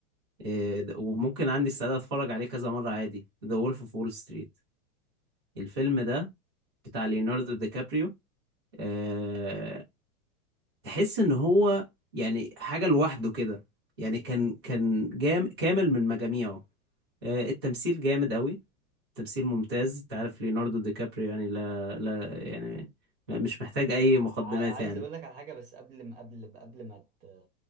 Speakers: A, on the right (about 20°); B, on the right (about 40°).
A: آه د- وممكن عندي استعداد اتفرج عليه كذا مرة عادي ذا وولف اوف وول ستريت الفيلم ده بتاع ليوناردو دي كابريو آه تحس ان هو يعني حاجة لوحده كده يعني كان كان جام كامل من مجاميعه آه، التمثيل جامد قوي تمثيل ممتاز انت عارف ليوناردو دي كابريو يعني لا لا يعني م- مش محتاج اي
B: ع...
A: مقدمات
B: عايز
A: يعني
B: اقول لك على حاجه بس قبل ما قبل قبل ما ت...